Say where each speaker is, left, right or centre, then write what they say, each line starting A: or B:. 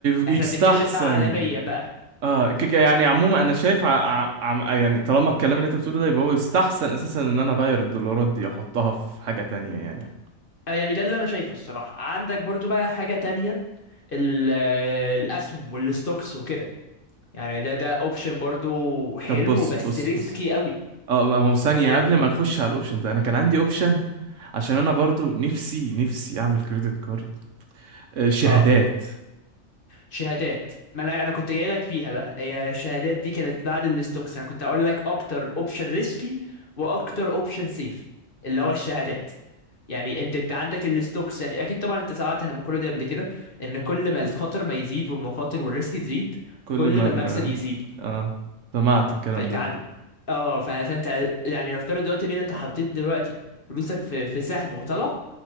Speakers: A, on the right; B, on the left.
A: فيستحسن
B: احنا بنتكلم بقى عالميا بقى
A: اه ك- ك- يعني عموما انا شايف ع... ع... عم- يعني طالما الكلام اللي انت بتقوله ده يبقى هو يستحسن اساسا ان انا اغير الدولارات دي احطها في حاجة تانية يعني
B: آه، يعني ده اللي انا شايفه الصراحه عندك برضو بقى حاجه تانية ال- آه، الاسهم والستوكس وكده يعني ده ده اوبشن برضو حلو
A: طب بص
B: بس
A: بص
B: ريسكي
A: بص
B: قوي
A: اه ما هو ثانية
B: ايه
A: قبل ما نخش على الاوبشن ده انا كان عندي اوبشن عشان انا برضو نفسي نفسي اعمل كريدت كارد آه شهادات
B: اه شهادات ما انا انا كنت جاي لك فيها بقى هي الشهادات دي كانت بعد الستوكس انا كنت هقول لك اكتر اوبشن ريسكي واكتر اوبشن سيف اللي هو الشهادات يعني انت انت عندك الستوكس يعني اكيد طبعا انت سمعت عن المقوله دي قبل كده ان كل ما الخطر ما يزيد والمخاطر والريسك تزيد
A: كل
B: كل
A: ما
B: ما
A: ال...
B: المكسب يزيد
A: اه سمعت الكلام
B: فانت
A: ده
B: عن...
A: قبل كده.
B: اه ف- فانت يعني نفترض دلوقتي مين انت حطيت دلوقتي فلوسك في في سهم وطلع